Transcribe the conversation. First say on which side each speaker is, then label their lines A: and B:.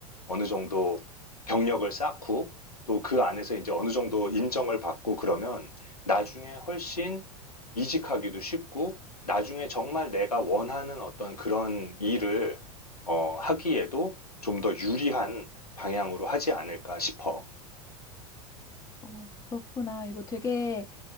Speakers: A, on the left; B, on the left.
A: 어느 정도 경력을 쌓고 또 그 안에서 이제 어느 정도 인정을 받고 그러면 나중에 훨씬 이직하기도 쉽고 나중에 정말 내가 원하는 어떤 그런 일을 어, 하기에도 좀 더 유리한 방향으로 하지 않을까 싶어.
B: 어, 그렇구나. 이거 되게